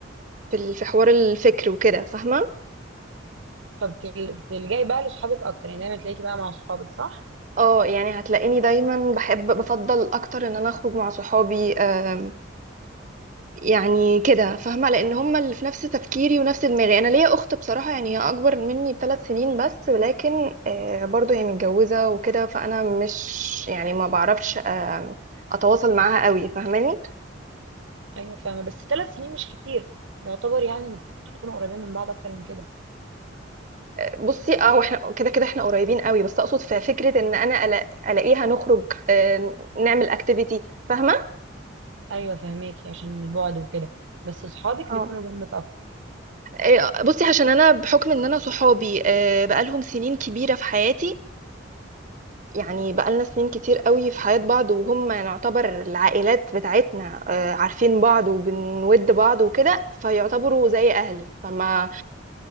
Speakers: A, on the right; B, on the right.
A: في ال- في حوار الفكر وكده فاهمة
B: فبتلجأي بقى لصحابك اكتر يعني دايما تلاقيكي بقى مع صحابك صح
A: اه يعني هتلاقيني دايما بحب بفضل اكتر ان انا اخرج مع صحابي آم، يعني كده فاهمة لان هم اللي في نفس تفكيري ونفس دماغي انا ليا اخت بصراحة يعني هي اكبر مني بثلاث سنين بس ولكن آه، برضو هي متجوزة وكده فانا مش يعني ما بعرفش آم، اتواصل معاها قوي فاهماني
B: ايوه فاهمة بس ثلاث سنين مش كتير يعتبر يعني المفروض تكونوا قريبين من بعض اكتر من كده
A: بصي اه واحنا كده كده احنا قريبين قوي بس اقصد في فكره ان انا ألا- الاقيها نخرج آه، نعمل اكتيفيتي فاهمه
B: ايوه فاهماكي عشان البعد وكده بس صحابك
A: اه
B: بيكونوا جنبك اكتر.
A: آه، بصي عشان انا بحكم ان انا صحابي آه، بقالهم سنين كبيره في حياتي يعني بقالنا سنين كتير قوي في حياه بعض وهم نعتبر العائلات بتاعتنا آه، عارفين بعض وبنود بعض وكده فيعتبروا زي اهلي فما